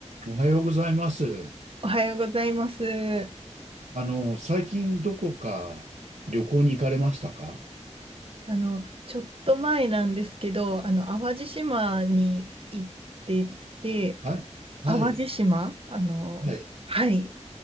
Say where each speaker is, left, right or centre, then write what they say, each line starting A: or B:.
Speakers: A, on the right; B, on the right.
A: おはようございます。
B: おはようございます。
A: あの、最近どこか旅行に行かれましたか
B: あの、ちょっと前なんですけど、あの、淡路島に行っていて、
A: はい。はい。
B: 淡路島、あの、
A: はい。
B: はい、